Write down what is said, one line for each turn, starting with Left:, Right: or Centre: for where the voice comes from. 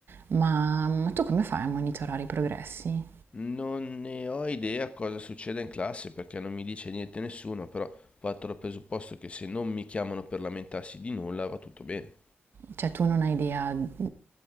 Right: ma, ma tu come fai a monitorare i progressi?
Left: Non ne ho idea cosa succeda in classe perché non mi dice niente nessuno, però parto dal presupposto che se non mi chiamano per lamentarsi di nulla va tutto bene.
Right: Cioè, tu non hai idea mh,